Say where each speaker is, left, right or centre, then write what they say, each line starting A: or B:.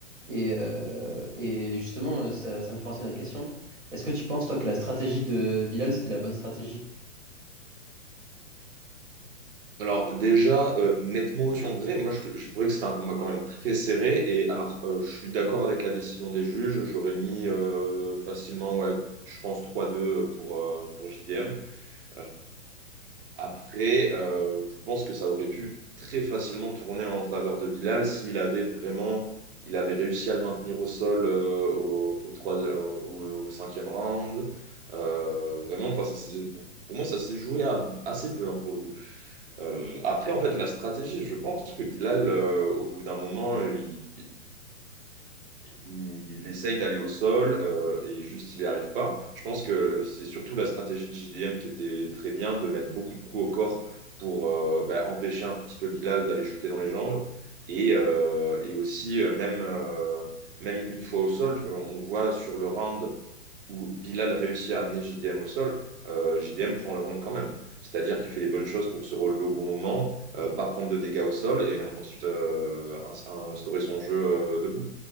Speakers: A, on the right; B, on the right.
A: Et, euh, et justement, euh, ça, ça me fait penser à notre question. Est-ce que tu penses, toi, que la stratégie de Bilal, c'était la bonne stratégie?
B: Alors déjà, euh, nettement au-dessus en vrai, moi je, te- je trouvais que c'était un combat quand même très serré. Et alors, euh, je suis d'accord avec la décision des juges, j'aurais mis euh, facilement, ouais, je pense trois deux pour, euh, pour JDM. Euh, après, euh, je pense que ça aurait pu très facilement tourner en faveur de Bilal s'il avait vraiment, il avait réussi à le maintenir au sol euh, au, au, trois- au- au- au cinquième round. Euh, vraiment, enfin, ça s'est- pour, pour moi, ça s'est joué à- assez peu hein, pour le coup. Euh, après, en fait, la stratégie, je pense que Bilal, euh, au bout d'un moment, euh, il, il, il essaye d'aller au sol euh, et juste il n'y arrive pas. Je pense que c'est surtout la stratégie de JDM qui était très bien, de mettre beaucoup de coups au corps pour euh, bah, empêcher un petit peu Bilal d'aller shooter dans les jambes. Et, euh, et aussi, euh, même, euh, même une fois au sol, on on voit sur le round où Bilal réussit à amener JDM au sol, euh, JDM prend le round quand même. C'est-à-dire qu'il fait les bonnes choses pour se relever au bon moment, euh, pas prendre de dégâts au sol et ensuite euh, ins- instaurer son jeu euh, debout.